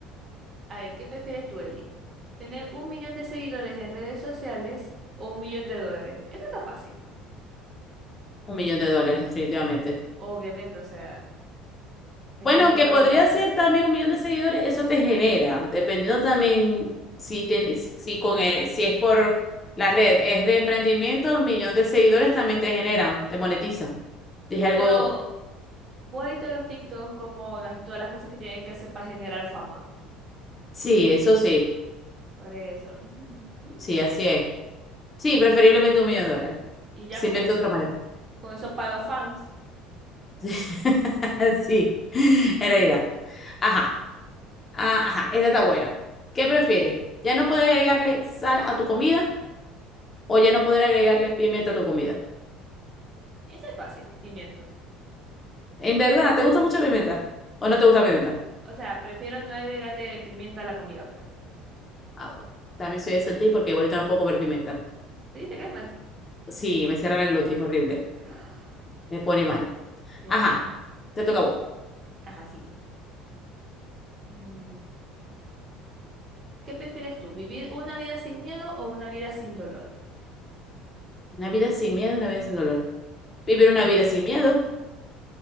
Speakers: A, on the right (about 25°); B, on the left (about 20°).
A: A ver, ¿qué prefieres tú, Eli? ¿Tener un millón de seguidores en redes sociales o un millón de dólares? Eso está fácil,
B: Un millón de dólares, definitivamente.
A: obviamente. O sea, ¿en
B: Bueno,
A: qué importa
B: que podría
A: la fama?
B: ser también un millón de seguidores, eso te genera, dependiendo también si tienes, si con el- si es por la red, es de emprendimiento, un millón de seguidores también te genera, te monetiza. Dije
A: Sí,
B: algo,
A: pero Vos has visto los TikToks como las, todas las cosas que tienen que hacer para generar fama.
B: sí, eso sí,
A: Por eso. <laughs>
B: sí, así es. Sí, preferiblemente un millón de dólares.
A: Y ya
B: Se
A: con
B: invierte
A: eso,
B: de otra manera.
A: con eso paga fans.
B: <laughs> Sí, en realidad. Ajá, ah, ajá, esta está buena. ¿Qué prefieres? ¿Ya no poder agregarle sal a tu comida o ya no poder agregarle pimienta a tu comida?
A: Eso es fácil, pimiento.
B: En verdad, ¿te gusta mucho la pimienta? ¿O no te gusta la pimienta?
A: O sea, prefiero no agregarle pimienta a la comida, pues.
B: Ah, bueno. También soy de sentir porque igualito no puedo comer pimienta.
A: Sí, te cae mal.
B: Sí, me cierra la glotis, es horrible.
A: <gasps>
B: Me pone mal.
A: Dios
B: Ajá,
A: mío.
B: te toca a vos.
A: Ajá, sí. Mm. ¿Qué prefieres tú? ¿Vivir una vida sin miedo o una vida sin dolor?
B: Una vida sin miedo, una vida sin dolor. ¿Vivir
A: Ujú.
B: una vida sin miedo?